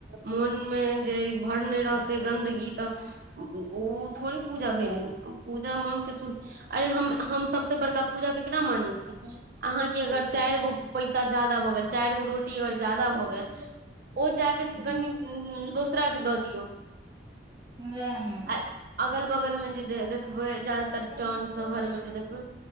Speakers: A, on the right; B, on the right.
A: मोनमे जे भरने रहते गन्दगी तऽ ओ थोड़ी पूजा भेलै। पूजा मनके सुधी अरे हम तो सभसँ बड़का पूजा केकरा मानै। अहाँकेँ अगर चारिगो पैसा ज्यादा भऽ गेल चारिगो रोटी अगर ज्यादा भऽ गेल। ओ जाक कनि
B: ह
A: दोसराके दऽ दियौ।
B: सेहा न।
A: आ अगल बगलमे जे। देखबे जादातर टाउन शहरमे जे देखबै